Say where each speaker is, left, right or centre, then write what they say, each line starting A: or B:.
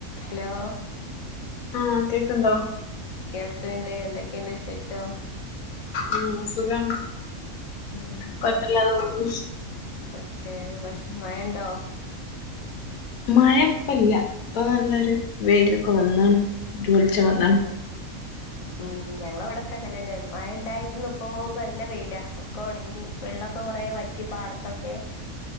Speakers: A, on the left; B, on the left.
A: ഹലോ
B: ആ കേക്ക്ണ്ടോ
A: കേൾക്കണ്ട് എന്തൊക്കെണ്ട് വിശേഷം
B: ഉ സുഗാണ്
A: ഉം
B: കൊയ്‌പ്പ ല്ലാതെ പോകു ന്നു
A: ഓകെ മഷ മയണ്ടോ
B: മയപ്പല്ല ഇപ്പൊ നല്ലൊരു വെയിലൊക്കെ വന്നാണ് <unintelligible>
A: ആഹ് ഉം ഞങ്ങളവിടെക്കെങ്ങനെന്നെ മയണ്ടായിരുന്നു ഇപ്പോ നല്ല വെയിലാ ഒക്കെ ഒണങ്ങി വെള്ളൊക്കെ കൊറേ വറ്റി പാടത്തൊക്കെ